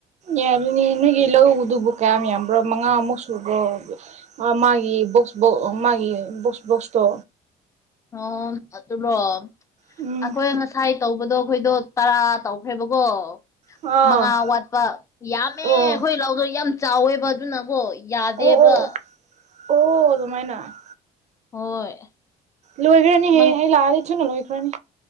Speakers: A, on the right; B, on the left.
A: ꯌꯥꯔꯅꯤ ꯅꯣꯏꯒꯤ ꯂꯧꯗꯨꯕꯨ ꯀꯌꯥꯝ ꯌꯥꯝꯕ꯭ꯔꯣ ꯃꯉꯥꯃꯨꯛ ꯁꯨꯕ꯭ꯔꯣ ꯃꯥꯒꯤ ꯕꯣꯛꯁ ꯕꯣꯛ ꯑꯣ ꯃꯥꯒꯤ ꯕꯣꯛꯁ ꯕꯣꯛꯁꯇꯣ
B: ꯑꯣ ꯑꯗꯨꯂꯣ
A: ꯎꯝ
B: ꯑꯈꯣꯏ ꯉꯁꯥꯏ ꯇꯧꯕꯗꯣ ꯑꯈꯣꯏꯗꯣ ꯇꯔꯥ ꯇꯧꯈ꯭ꯔꯦꯕꯀꯣ
A: ꯑꯥ
B: ꯃꯉꯥ ꯋꯥꯠꯄ ꯌꯥꯝꯃꯦ
A: ꯑꯣ
B: ꯑꯩꯈꯣꯏ ꯂꯧꯗꯣ ꯌꯥꯝ ꯆꯥꯎꯋꯦꯕ ꯑꯗꯨꯅꯀꯣ ꯌꯥꯗꯦꯕ
A: ꯑꯣ ꯑꯣ ꯑꯣ ꯑꯣ ꯑꯗꯨꯃꯥꯏꯅ
B: ꯍꯣꯏ
A: ꯂꯣꯏꯒꯔꯅꯤ ꯍꯌ‌ꯦꯡ
B: ꯃꯪ
A: ꯑꯩ ꯂꯥꯛꯑꯗꯤ ꯊꯨꯅ ꯂꯣꯏꯈꯔꯅꯤ